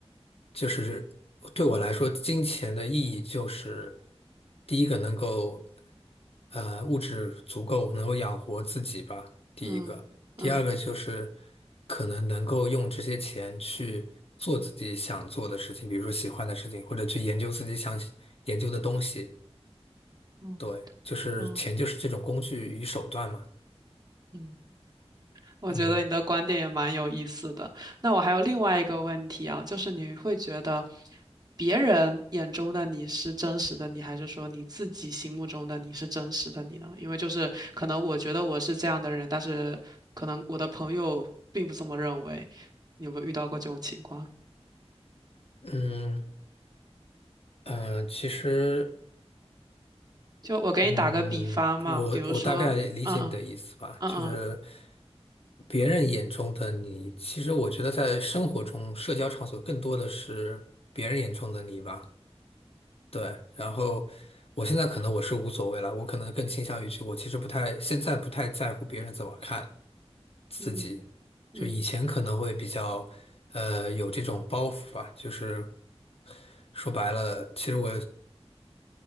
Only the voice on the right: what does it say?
嗯嗯
嗯
嗯嗯。我觉得你的观点也蛮有意思的。
那我还有另外一个问题啊，就是你会觉得别人眼中的你是真实的你，还是说你自己心目中的你是真实的你呢？因为就是可能我觉得我是这样的人，但是可能我的朋友并不这么认为。你有没有遇到过这种情况？
就我给你打个比方嘛，
比如说，嗯嗯嗯
嗯嗯